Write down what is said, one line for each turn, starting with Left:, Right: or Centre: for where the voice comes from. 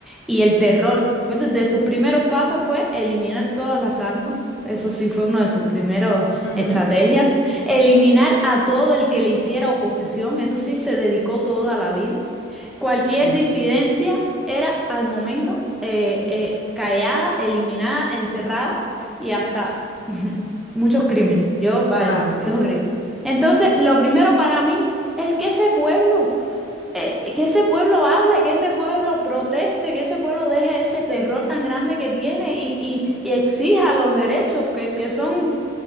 Centre: y el terror. ¿me acuerdas? De sus primeros pasos fue eliminar todas las armas. Eso sí fue una de sus primeras
Left: ujú.
Centre: estrategias. Eliminar a todo el que le hiciera oposición. Eso sí se dedicó toda la vida. Cualquier
Left: Sí,
Centre: disidencia era al momento eh, eh, callada, eliminada, encerrada y hasta <laughs> muchos crímenes. Yo, vaya,
Left: claro.
Centre: es horrible. Entonces, lo primero para mí es que ese pueblo eh, que ese pueblo hable, que ese pueblo proteste, que ese pueblo deje ese terror tan grande que tiene y, y, y exija los derechos, que, que son